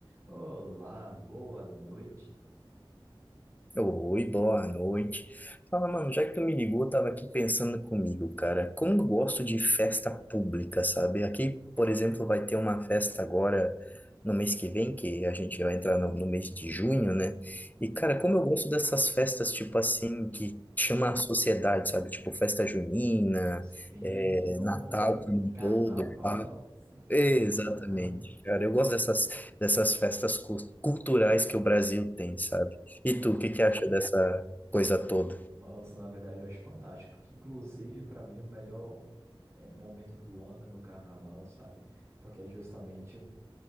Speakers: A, on the right; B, on the left.
A: Olá, boa noite.
B: Oi, boa noite. Fala, mano, já que tu me ligou, eu tava aqui pensando comigo, cara. Como eu gosto de festa pública, sabe? Aqui, por exemplo, vai ter uma festa agora no mês que vem, que a gente vai entrar no, no mês de junho, né?
A: Aham.
B: E, cara, como eu gosto dessas festas, tipo assim, que chama a sociedade, sabe? Tipo festa junina,
A: Sim,
B: é,
A: nossa,
B: Natal como um
A: carnaval.
B: todo, pá.
A: Sempre
B: Exatamente,
A: é bom se dar carnaval.
B: cara. Eu gosto dessas, dessas festas cus- culturais que o Brasil tem, sabe? E tu, o que que acha dessa coisa toda?
A: Nossa, na verdade, eu acho fantástico. Que, inclusive, para mim, o melhor eh, momento do ano é no carnaval, sabe? Porque é justamente